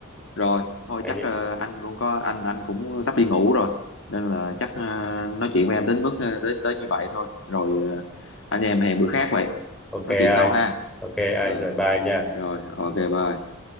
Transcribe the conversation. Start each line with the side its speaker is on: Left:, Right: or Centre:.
Left: Rồi, thôi
Centre: anh,
Left: chắc ờ, anh cũng có anh anh cũng sắp đi ngủ rồi. Nên là chắc ờ, nói chuyện với em đến mức ờ, đến tới như vậy thôi. Rồi ờ, anh em hẹn bữa khác vậy.
Centre: ok
Left: Nói
Centre: anh,
Left: chuyện sau ha.
Centre: ok
Left: Ừ,
Centre: anh rồi bye nha.
Left: rồi, ok bye.